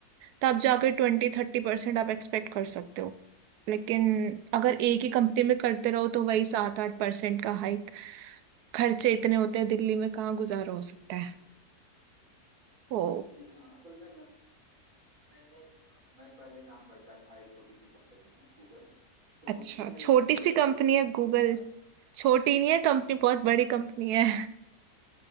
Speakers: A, on the right (about 80°); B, on the right (about 60°).
A: तब जाके ट्वेंटी थर्टी परसेंट आप एक्सपेक्ट कर सकते हो लेकिन अगर एक ही कंपनी में करते रहो तो वही सात
B: जी हाँ
A: आठ परसेंट का हाइक खर्चे इतने होते हैं दिल्ली में कहाँ गुजारा हो सकता है ओ
B: जी हाँ असल में मैं- मैंने मैं पहले काम करता था एक छोटी सी कंपनी है गूगल तो
A: अच्छा
B: उसमें
A: छोटी
B: रिव्यूअर
A: सी कंपनी
B: का पोस्ट
A: है
B: पोस्ट
A: गूगल
B: था
A: छोटी नहीं है कंपनी बहुत बड़ी कंपनी है